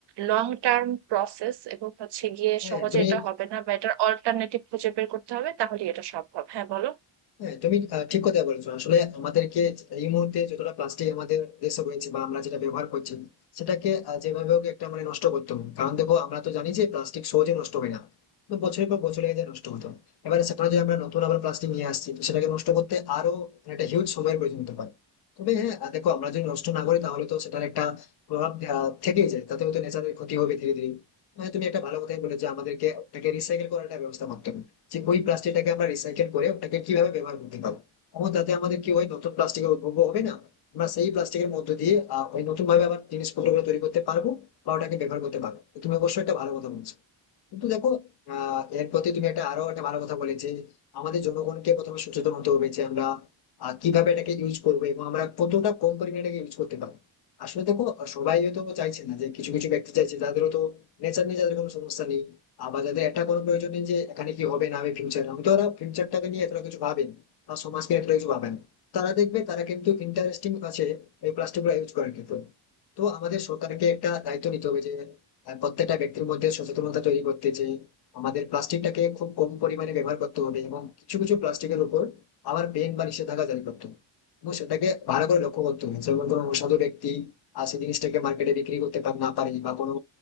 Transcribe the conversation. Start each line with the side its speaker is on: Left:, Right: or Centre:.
Right: লং টার্ম প্রসেস এবং হচ্ছে গিয়ে
Left: হ্যাঁ
Right: সহজে
Left: তুমি
Right: এটা হবে না বা এটার অল্টারনেটিভ খুঁজে বের করতে হবে তাহলে এটা সম্ভব হ্যাঁ বলো
Left: হ্যাঁ তুমি আহ, ঠিক কথা বলেছো আসলে আমাদেরকে এই মুহূর্তে যতটা প্লাস্টিক আমাদের দেশে রয়েছে বা আমরা যেটা ব্যবহার করছি সেটাকে আহ, যেভাবে হোক একটা মানে নষ্ট করতে হবে কারণ দেখো আমরা তো জানি যে প্লাস্টিক সহজে নষ্ট হয় না তো বছরের পর বছর লেগে যায় নষ্ট হতো এবারে সেখানে যদি আমরা নতুন আবার প্লাস্টিক নিয়ে আসছি তো সেটাকে নষ্ট করতে আরো মানে একটা হিউজ সময়ের প্রয়োজন হতে পারে তবে হ্যাঁ আহ, দেখো আমরা যদি নষ্ট না করি তাহলে তো সেটার একটা প্রভাব আহ, থেকেই যায় তাতে হয়তো নেচারের ক্ষতি হবে ধীরে ধীরে হ্যাঁ তুমি একটা ভালো কথাই বলে যে আমাদেরকে ওটাকে রিসাইকেল করার একটা ব্যবস্থা করতে হবে যে ওই প্লাস্টিকটাকে আমরা রিসাইকেল করে ওটাকে কিভাবে ব্যবহার করতে পারবো এবং তাতে আমাদের কি হয় নতুন প্লাস্টিকের উদ্ভব হবে না আমরা সেই প্লাস্টিকের মধ্য দিয়ে আহ, ওই নতুন ভাবে আবার জিনিসপত্র গুলো তৈরি করতে পারবো বা ওটাকে ব্যবহার করতে পারবো তো তুমি অবশ্যই একটা ভালো কথা বলছো কিন্তু দেখো আহ এর প্রতি তুমি একটা আরো একটা ভালো কথা বলেছে আমাদের জনগণকে প্রথমে সচেতন হতে হবে যে আমরা আহ, কিভাবে এটাকে ইউজ করবো এবং আমরা কতটা কম পরিমাণে এটাকে ইউজ করতে পারবো আসলে দেখো আহ, সবাই হয়তো চাইছে না যে কিছু কিছু ব্যক্তি চাইছে যাদের তো নেচার নিয়ে যাদের কোনো সমস্যা নেই আবার যাদের একটা কোনো প্রয়োজন নেই যে এখানে কি হবে না হবে ফিউচার আমি তো ওরা ফিউচারটাকে নিয়ে এতটা কিছু ভাবেন বা সমাজকে এতটা কিছু ভাবেন তারা দেখবে তারা কিন্তু ইন্টারেস্টিং আছে এই প্লাস্টিক গুলো ইউজ করার ক্ষেত্রে তো আমাদের সরকারকে একটা দায়িত্ব নিতে হবে যে আহ, প্রত্যেকটা ব্যক্তির মধ্যে সচেতনতা তৈরি করতে যে আমাদের প্লাস্টিকটাকে খুব কম পরিমাণে ব্যবহার করতে হবে এবং কিছু কিছু প্লাস্টিকের উপর আবার বেন বা নিষেধাজ্ঞা জারি করতে হবে এবং সেটাকে ভালো করে লক্ষ্য করতে হবে যেমন কোনো অসাধু ব্যক্তি আর সেই জিনিসটাকে মার্কেটে বিক্রি করতে পার না পারে বা কোনো